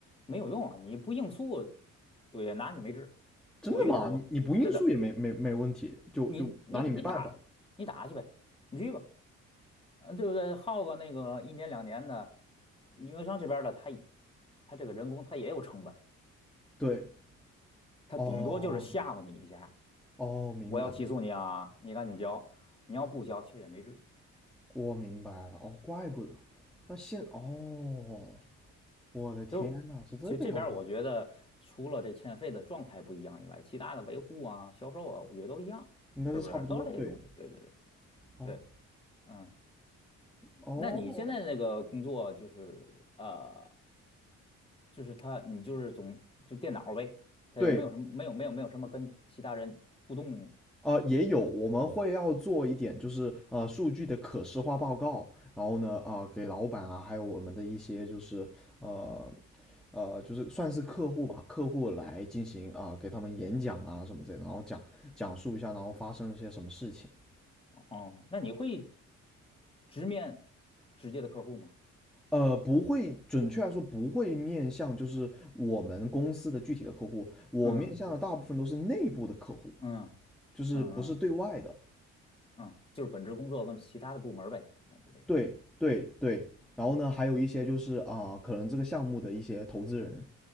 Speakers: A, on the left; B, in the centre.
A: 没有用啊，你不应诉，我也拿你没治。
B: 真的吗？
A: 我遇到过，
B: 你你不应诉也没没没问题，
A: 真的，
B: 就就拿你没办法。
A: 你你你打你打去呗，你去吧，嗯，对不对？耗个那个一年两年的，运营商这边儿的他也他这个人工他也有成本，
B: 对，
A: 他顶多就是吓唬你一下，
B: 哦哦，明白，
A: 我要起诉你啊，你赶紧交，你要不交其实也没事。
B: 我明白了，哦，怪不得，那现哦，我的天呐，
A: 就是
B: 是这个样子，
A: 其实这边儿我觉得除了这欠费的状态不一样以外，其他的维护啊、销售啊，我觉得都一样，
B: 应该是差不多，
A: 是不是？都是这些东西。
B: 对，
A: 对对对
B: 哦
A: 对，嗯。
B: 哦，
A: 那你现在那个工作就是呃就是他，你就是总就电脑呗，他有没有什么没有没有没有什么跟其他人互动？
B: 对呃，也有，我们会要做一点，就是呃，数据的可视化报告，然后呢，啊、给老板啊，还有我们的一些就是呃呃，就是算是客户吧，客户来进行啊、给他们演讲啊什么之类的，然后讲讲述一下，然后发生了些什么事情。
A: 哦，那你会直面直接的客户吗？
B: 呃，不会，准确来说不会面向就是我们公司的具体的客户，我面向的大部分都是内部的客户，
A: 嗯嗯
B: 就是不是对外的。
A: 嗯嗯嗯，就是本职工作跟其他的部门儿呗，那就这意思。
B: 对对对，然后呢，还有一些就是啊，可能这个项目的一些投资人，